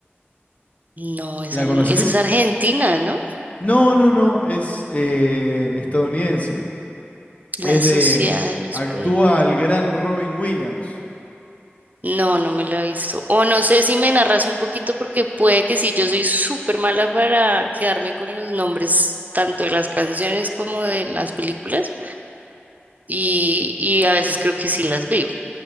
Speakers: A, on the right; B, on the left.
A: No, esa
B: ¿La conoces?
A: no, esa es Argentina, ¿no?
B: No, no, no, es eh, estadounidense.
A: La
B: Es
A: sociedad
B: de...
A: de los
B: Actúa
A: poemas
B: el gran Robin Williams.
A: No, no me la he visto. O no sé si me narras un poquito porque puede que sí, yo soy súper mala para quedarme con los nombres tanto de las canciones como de las películas y, y a veces creo que sí las veo.